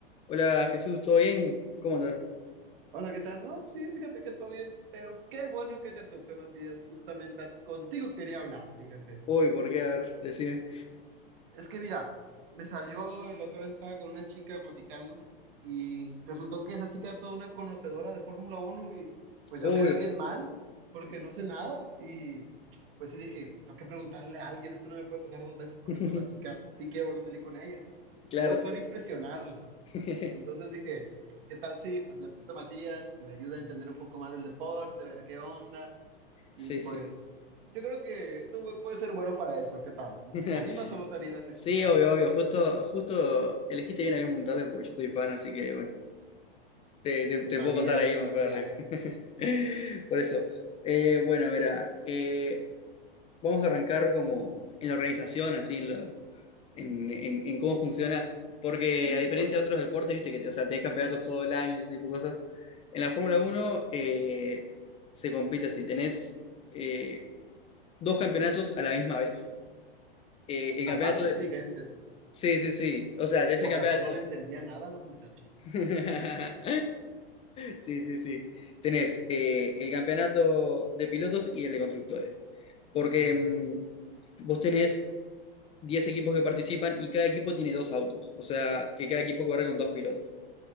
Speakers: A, on the left; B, on the right.
A: Hola Jesús, ¿todo bien? ¿Cómo andas?
B: Hola, ¿qué tal? No, sí, fíjate que todo bien, pero qué bueno que te topé, Matías. Justamente a- contigo quería hablar, fíjate.
A: Uy, ¿por qué? A ver, decime.
B: Es que mira, me salió, la otra vez estaba con una chica platicando y resultó que esa chica era toda una conocedora de Fórmula Uno y pues
A: Uy,
B: yo quedé bien mal porque no sé nada y pues sí dije, tengo que preguntarle a alguien, esto no me puede pasar dos veces porque
A: <laughs>
B: pues la chica sí quiero volver a salir con ella, ¿no?
A: claro,
B: Quiero
A: sí.
B: poder impresionarla.
A: <laughs>
B: Entonces dije, ¿qué tal si pues le pregunto a Matías si me ayuda a entender un poco más del deporte, ver qué onda? Y
A: Sí,
B: pues
A: sí, sí.
B: yo creo que tú pu- puedes ser bueno para eso, ¿qué tal?
A: <laughs>
B: ¿Te animas o no te animas a
A: Sí,
B: explicarme?
A: obvio, obvio. Justo, justo elegiste bien a quién preguntarle porque yo soy fan, así que bueno, te, te-
B: Yo
A: te
B: sabía,
A: puedo contar ahí
B: yo
A: más
B: sabía.
A: para arriba. <laughs> Por eso. Eh, bueno, mira, eh, vamos a arrancar como en la organización, así, en, lo- en, en- en cómo funciona, porque
B: Sí,
A: a diferencia
B: sí, por
A: de otros deportes, viste que, o sea, tenés campeonatos todo el año y ese tipo de cosas. En la Fórmula Uno eh, se compite así, tenés eh, dos campeonatos a la misma vez. Eh, el
B: la
A: campeonato
B: parte
A: de...
B: exigentes.
A: Sí, sí, sí. O sea, de ese
B: Con
A: campeonato.
B: razón no le entendía nada a la muchacha.
A: <laughs> Sí, sí, sí. Tenés eh, el campeonato de pilotos y el de constructores. Porque
B: Ujú,
A: mm, vos tenés 10 equipos que participan y cada equipo tiene dos autos. O sea, que cada equipo corre con dos pilotos.